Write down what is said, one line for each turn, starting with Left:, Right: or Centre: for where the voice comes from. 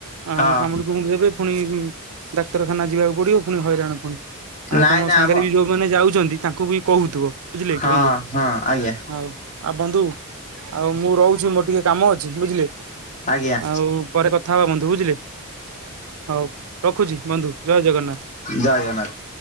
Right: ଆଉ
Left: ହଁ
Right: କାମୁଡି କୁାମୁଡି ଦେବେ ପୁଣି ଡାକ୍ତରଖାନା ଯିବାକୁ ପୁଡିବ ପୁଣି ହଇରାଣ ପୁଣି ଆଉ
Left: ନାଇଁ
Right: ତମ
Left: ନାଇଁ
Right: ସାଙ୍ଗରେ
Left: ଆମ
Right: ବି ଯୋଉମାନେ ଯାଉଛନ୍ତି ତାଙ୍କୁ ବି କହୁଥିବ ବୁଝିଲେ
Left: ହଁ
Right: କି ବନ୍ଧୁ
Left: ହଁ ଆଜ୍ଞା
Right: ହଉ ଆଉ ବନ୍ଧୁ ଆଉ ମୁଁ ରହୁଛି ମୋର ଟିକେ କାମ ଅଛି ବୁଝିଲେ
Left: ଆଜ୍ଞା
Right: ଆଉ ପରେ କଥା ହବା ବନ୍ଧୁ ବୁଝିଲେ ହଉ ରଖୁଛି ବନ୍ଧୁ ଜୟ ଜଗନ୍ନାଥ
Left: ଜା ଜନାକ <inaudible>